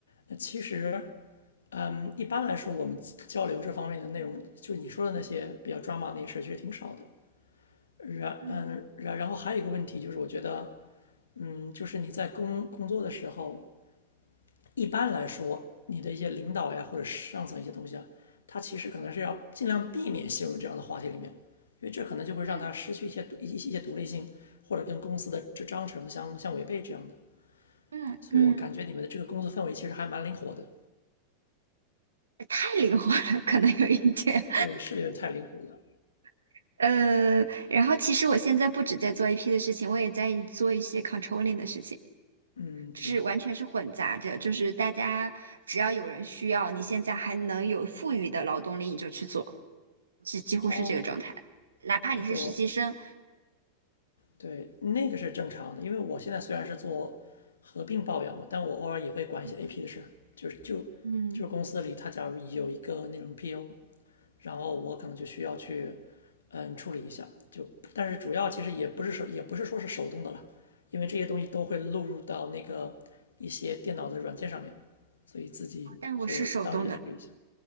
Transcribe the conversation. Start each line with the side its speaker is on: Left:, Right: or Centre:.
Left: 那其实，嗯，一般来说我们交流这方面的内容，就你说的那些比较抓马那些事儿，其实挺少的。然嗯，
Right: 嗯
Left: 然然后还有一个问题就是，我觉得，嗯，就是你在工工作的时候，一般来说，你的一些领导呀，或者上层一些东西啊，他其实可能是要尽量避免陷入这样的话题里面，因为这可能就会让他失去一些一一些独立性，
Right: 嗯
Left: 或者跟公司的这章程相相违背这样的。
Right: 嗯嗯，
Left: 所以我感觉你们的这个工作氛围其实还蛮灵活的，
Right: 太灵活了，<laughs> 可能有一点。
Left: 对，是有点太灵活了。
Right: <laughs> 呃，然后其实我现在不止在做 AP 的事情，我也在做一些 controlling 的事情，
Left: 嗯，
Right: 就是完全是混杂着，
Left: 对，
Right: 就是大家只要有人需要，你现在还能有富裕的劳动力，你就去做，几几乎是这个状态。
Left: 哦，
Right: 哪怕你是实习生，
Left: 哦，对我对，那个是正常的，因为我现在虽然是做合并报表嘛，但我偶尔也会管一些
Right: 嗯，
Left: AP 的事就是就
Right: 嗯
Left: 就是公司里他假如有一个那种 PO，然后我可能就需要去嗯处理一下，就但是主要其实也不是手也不是说是手动的了，因为这些东西都会录入到那个一些电脑的软件上面，所以自己所以我当时就处理一下，
Right: 但我是手动的，